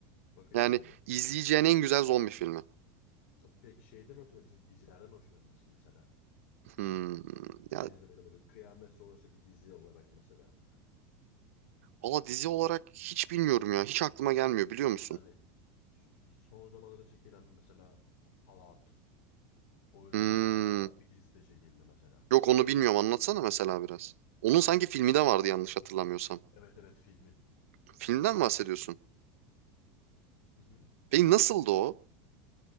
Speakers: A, on the left; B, on the right.
A: Bakacağım
B: Yani
A: ona.
B: izleyeceğin en güzel zombi filmi.
A: Peki şeyden hoşlanır mısın? Dizilerden hoşlanır mısın mesela?
B: Hmm. Ya
A: Dizi izlemeden böyle kıyamet sonrası bir dizi olarak mesela.
B: valla dizi olarak hiç bilmiyorum ya. Hiç aklıma gelmiyor biliyor musun?
A: Hani son zamanlarda çekilen mesela Fallout oyunu
B: Hmm.
A: da var hatta bir dizi de çekildi mesela.
B: Yok onu bilmiyorum. Anlatsana mesela biraz. Onun sanki filmi de vardı yanlış hatırlamıyorsam.
A: Evet evet filmi.
B: Filmden mi bahsediyorsun?
A: Hı hı.
B: Peki nasıldı o?